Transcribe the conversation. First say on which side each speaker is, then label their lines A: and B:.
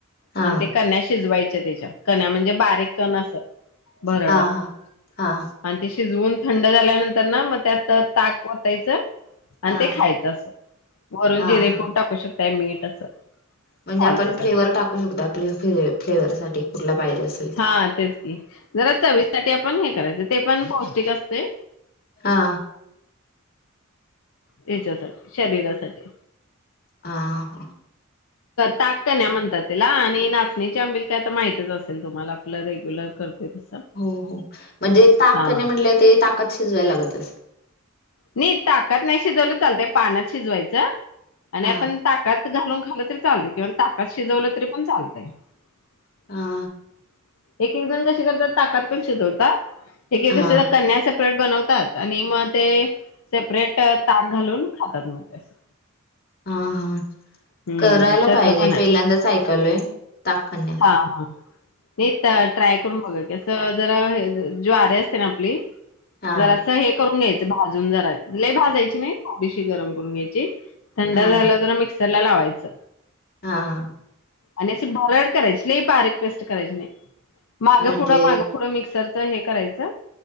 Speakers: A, on the left; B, on the left.
A: हा
B: आणि ते कन्या शिजवायच तेच्यात. कन्या म्हणजे बारीक कण अस भरड
A: हा
B: असं
A: हा हा
B: आणि ते शिजवून थंड झाल्यानंतर ना, मग त्यात ताक वतायचं आणि
A: हा
B: ते खायचं असं. वरून
A: हा
B: जीरे
A: हा
B: पूड टाकू शकताय मीठ असं
A: म्हणजे
B: चालतंय
A: आपण
B: त्यामध्ये.
A: फ्लेवर टाकू शकतो. आपलं फे फ्लेवर साठी कुठला पाहिजे असं.
B: हा तेच की. जरा चवीसाठी आपण हे करायचं, ते पण पौष्टिक असते.
A: हा.
B: याच्यासाठी, शरीरासाठी.
A: हां
B: ताक कण्या म्हणतात तेला. आणि नाचणीची आंबिल काय तर माहतीच असेल तुम्हाला, आपलं रेग्युलर करतो तसं.
A: हो हो. म्हणजे ताक
B: हा
A: कण्या म्हणले ते ताकात शिजवायला लागत असलं.
B: नाही ताकात नाही शिजवलं चालतंय. पान्यात शिजवायचं. आणि
A: हा
B: आपण ताकात घालून खालं तरी चालतय. किंवा ताकात शिजवलं तरी पण चालतय. <inaudible>
A: हा
B: एक एक जण कसे करतात, ताकात पण शिजवतात. एकडे
A: हा
B: कसं कण्या सेपरेट बनवतात, आणि मग ते सेपरेट ताक घालून खातात मग असं.
A: हा हा
B: हम्म
A: करायला
B: तसं
A: पाहिजे.
B: पण आहे
A: पहिल्यांदाच ऐकालोय, ताककण्या.
B: हां हां. नाही ट्राय करून बघा कि, कसं जरा हे ज्वारी असते ना आपली.
A: हा
B: जरा अस हे करून घ्यायचं भाजून जरा. लय भाजायची नाही थोडीशी गरम करून घ्यायची. थंड
A: हा
B: झालं
A: हा
B: तर मिक्सर ला लावायचं.
A: हा.
B: आणि असे भरड करायची, लय बारीक पेस्ट करायची नाही. मागं
A: म्हणजे
B: पुुढं मागं पुुढं मिक्सरचं हे करायचं